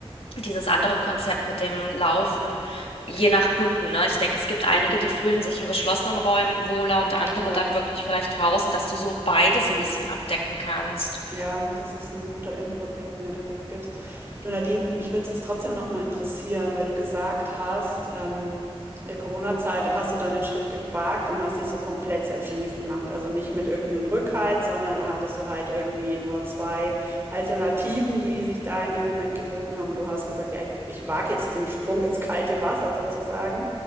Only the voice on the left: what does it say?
dieses andere Konzept mit dem Laufen, je nach Kunden, ne? Ich denke, es gibt einige,
die fühlen sich in geschlossenen Räumen wohler und andere
dann wirklich vielleicht draußen, dass du so beides
ein bisschen abdecken kannst.